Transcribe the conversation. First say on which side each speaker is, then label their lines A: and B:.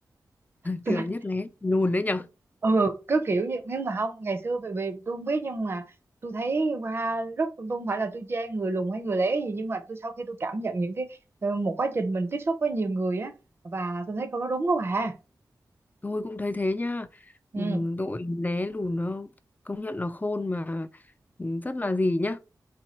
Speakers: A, on the right; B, on the left.
A: <laughs> Tôi
B: Kiểu
A: thấy-
B: nhất lé lùn đấy nhở?
A: ừ cứ kiểu như nhưng mà không ngày xưa vì, vì tôi không biết nhưng mà tôi thấy qua rất tôi không phải là tôi chê người lùn hay người lé gì nhưng mà tôi sau khi tôi cảm nhận những cái ờ, một quá trình mình tiếp xúc với nhiều người á và tôi thấy câu đó đúng đó bà
B: Tôi cũng thấy thế nha.
A: ừ
B: Ừm, Đội lé lùn nó công nhận nó khôn mà ừm, rất là gì nhá,